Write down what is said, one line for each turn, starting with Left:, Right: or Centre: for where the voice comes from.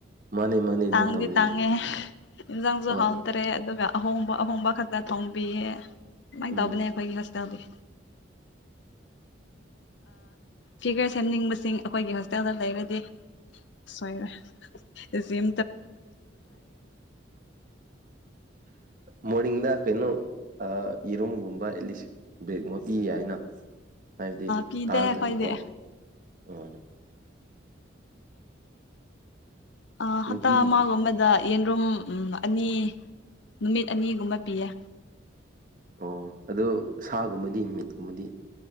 Right: ꯃꯥꯅꯦ ꯃꯥꯅꯦ ꯑꯗꯨꯃꯥꯏꯅ
Left: ꯇꯥꯡꯥꯡꯗꯤ
Right: ꯇꯧꯗꯣꯏꯅꯦ
Left: ꯇꯥꯡꯉꯦ ꯏꯟꯖꯪꯁꯨ
Right: ꯍꯣꯏ
Left: ꯍꯥꯎ ꯇꯔꯦ ꯑꯗꯨꯒ ꯑꯍꯣꯡꯕ ꯑꯍꯣꯡꯕ ꯈꯛꯇ ꯊꯣꯡꯕꯤꯌꯦ ꯁꯃꯥꯏꯅ
Right: ꯎꯝ
Left: ꯇꯧꯕꯅꯦ ꯑꯩꯈꯣꯏꯒꯤ ꯍ ꯇꯕꯤꯦ ꯐꯤꯒꯔ ꯁꯦꯝꯅꯤꯡꯕꯁꯤꯡ ꯑꯩꯈꯣꯏꯒꯤ ꯍꯣꯁꯇꯦꯜꯗ ꯂꯩꯔꯗꯤ ꯣꯏꯔꯖꯤ
Right: ꯃꯣꯔꯅꯤꯡꯡꯗ ꯀꯩꯅꯣ ꯌꯦꯔꯨꯝꯒꯨꯝꯕ ꯑꯦꯠꯂꯤꯁ ꯕ꯭ꯔꯦꯦꯛꯀꯨꯝꯕ ꯄꯤ ꯌꯥ ꯍꯥꯏꯅ ꯍꯥꯏꯕꯗꯤ
Left: ꯄꯤꯗꯦ
Right: ꯇꯥꯡꯉꯗꯤꯀꯣ
Left: ꯑꯩꯈꯣꯏꯗꯤ
Right: ꯎꯝ
Left: ꯑ ꯍꯠꯇ
Right: ꯅꯨꯄꯤ
Left: ꯃꯥꯒꯝꯕꯗ ꯌꯦꯟꯔꯨꯝ ꯑꯅꯤ ꯅꯨꯃꯤꯠ ꯑꯅꯤꯒꯨꯝꯕ ꯄꯤꯌꯦ
Right: ꯑꯣ ꯑꯗꯣ ꯁꯥꯒꯨꯝꯕꯗꯤ ꯃꯤꯠꯒꯨꯝꯕꯗꯤ